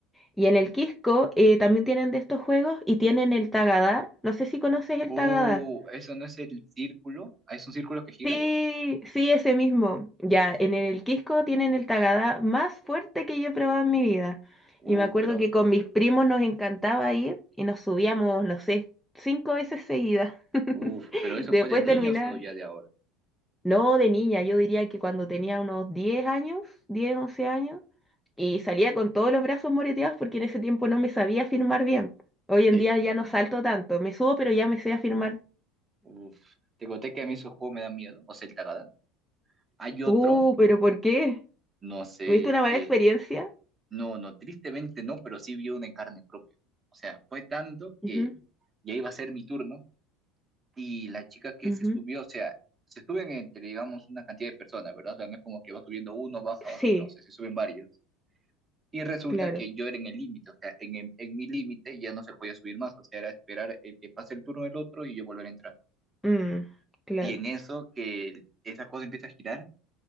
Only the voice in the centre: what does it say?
Y en El Quisco eh, también tienen de estos juegos y tienen el Tagadá. No sé si conoces el
Tagadá.
Sí, sí, ese mismo. Ya, en el Quisco tienen el Tagadá más fuerte que yo he probado en mi vida.
Y me acuerdo
que con mis primos nos encantaba ir y nos subíamos, no sé, cinco veces seguidas.
<laughs>
Después
terminaba,
No, de niña, yo diría que cuando tenía unos 10 años, 10 11 años, y salía con todos los brazos moreteados porque en ese tiempo no me sabía firmar bien. Hoy
en día ya no salto tanto, me subo pero ya me sé afirmar.
Uh, pero ¿por qué?
¿Tuviste una
mala
experiencia?
Ujú,
ujú.
Sí,
claro.
Mm, claro.